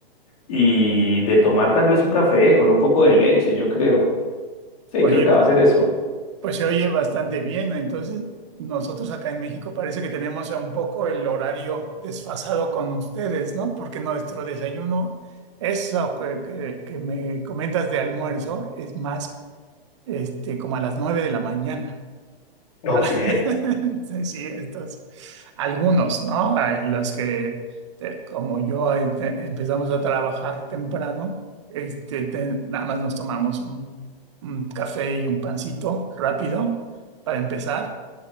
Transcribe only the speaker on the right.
oye,
pu-
pu- pues se oye bastante bien. Entonces, nosotros acá en México parece que tenemos un poco el horario desfasado con ustedes, ¿no? Porque nuestro desayuno, eso que, que- que me comentas de almuerzo, es más este, como a las nueve de la mañana.
<laughs> Sí, sí, estos, algunos, ¿no? Hay los que, te- como yo, ahí te- empezamos a trabajar temprano, este, te- nada más nos tomamos un, un café y un pancito rápido para empezar